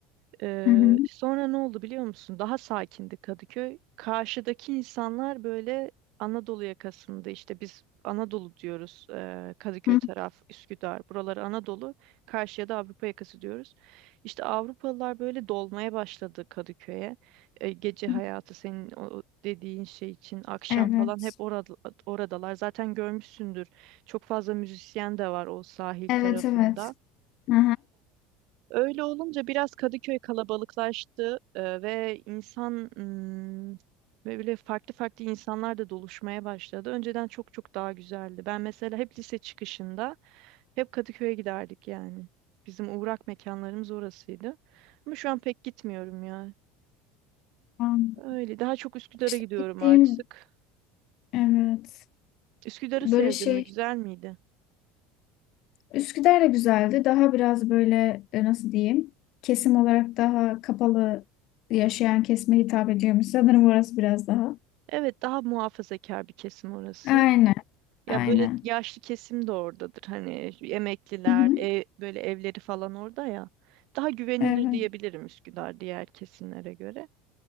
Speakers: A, on the right; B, on the left.
A: Ee,
B: Hı hı.
A: sonra ne oldu biliyor musun? Daha sakindi Kadıköy. Karşıdaki insanlar böyle Anadolu yakasında işte biz Anadolu diyoruz. ee, Kadıköy
B: Hı
A: taraf, Üsküdar, buraları Anadolu. Karşıya da Avrupa yakası diyoruz. İşte Avrupalılar böyle dolmaya başladı Kadıköy'e. Ee, gece hayatı
B: hı.
A: senin o dediğin şey için akşam
B: Evet.
A: falan hep orada, oradalar. Zaten görmüşsündür. Çok fazla müzisyen de var o sahil
B: Evet
A: tarafında.
B: evet. Hı
A: Öyle olunca biraz Kadıköy kalabalıklaştı e, ve insan hmm, böyle farklı farklı insanlar da doluşmaya başladı. Önceden çok çok daha güzeldi. Ben mesela hep lise çıkışında hep Kadıköy'e giderdik yani. Bizim uğrak mekanlarımız orasıydı. Ama şu an pek gitmiyorum ya.
B: Tamam.
A: Öyle daha çok Üsküdar'a
B: İşte
A: gidiyorum
B: gittiğim
A: artık.
B: evet.
A: Üsküdar'ı
B: Böyle
A: sevdin
B: şey
A: mi? Güzel miydi?
B: Üsküdar da güzeldi. Daha biraz böyle e, nasıl diyeyim? Kesim olarak daha kapalı yaşayan kesime hitap ediyormuş. Sanırım orası biraz daha.
A: Evet, daha muhafazakar bir kesim orası.
B: Aynen.
A: Ya
B: Aynen.
A: böyle yaşlı kesim de oradadır. Hani emekliler,
B: Hı hı.
A: ev- böyle evleri falan orada ya. Daha güvenilir
B: Evet.
A: diyebilirim Üsküdar diğer kesimlere göre.